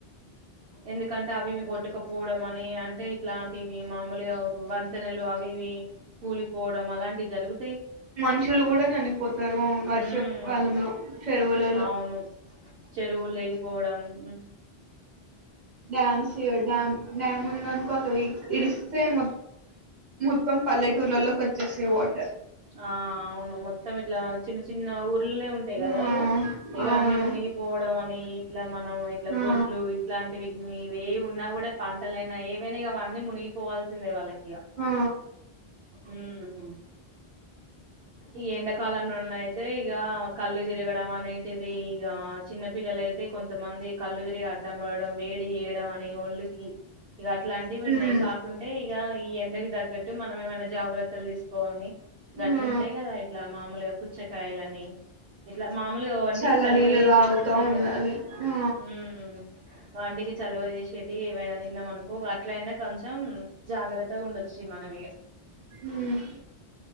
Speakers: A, on the right; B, on the right.
A: ఎందుకంటే అవి ఇవి కొట్టుకపోవడం అనీ, అంటే ఇట్లాంటివి మాములుగ వంతెనలు అ వివి కూలి పోవడం అలాంటి జరుగు
B: మనుషులు గుడ చనిపోతరు. ఊ వర్షకాలంలో
A: ఉమ్
B: చెరువుల
A: అవును. చెరువులు తెగిపోవడం, ఉ
B: డ్యామ్స్ ఇగొ డ్యామ్ డ్యామ్ ఉందనుకోదు. ఇ ఇడిస్తే మొ-మొత్తం పల్లెటూర్లలో కట్చేసే వాటర్
A: ఆ అవును మొత్తం ఇట్లా చిన్న చిన్న ఊరు ల్నె ఉంటాయి
B: ఆ
A: గద ఇగ. ఇగ
B: అవును
A: అన్ని మునిగిపోవడం అనీ, ఇట్ల మనం ఇట్ల
B: ఆ
A: గొడ్లు ఇట్లాంటివిటినీ ఏయి ఉన్నా గుడ పంటలైనా ఏవైన అవన్నీ మునిగిపోవాల్సిందే, వాళ్ళకి ఇగ
B: ఆ
A: ఊమ్ ఈ ఎండకాలంలోన్నయితే ఇగా కళ్ళు తిరగడం అనేటిదీ ఇగ చిన్న పిల్లలయితే కొంతమంది కళ్ళు తిరిగి సంబాడ వేడిచేయడం మని ఒళ్ళకి, ఇగ అట్లాంటివి ఉన్నయి
B: ఉమ్
A: కాకుంటే, ఇగ ఈ ఎండకి దగ్గట్టు మనం ఏమన్న జాగ్రత్తలు తీసుకోవాలి. గట్లున్టయి
B: ఆ
A: గదా ఇట్లా మామలుగ పు చ్చకాయలనీ ఇట్ల మములుగ ఒంటికి
B: చల్లనీళ్ళు
A: చలువ చేసేటియి
B: తాగుతా
A: ఉంటయిగా,
B: ఉండాలి ఆ
A: ఊమ్ వాటికి చలవ చేసేటి ఏవైన తిన్నమనుకో అట్లయిన, కొంచెం జాగ్రత్తగా ఉండొచ్చు. మనం ఇక
B: ఊహ్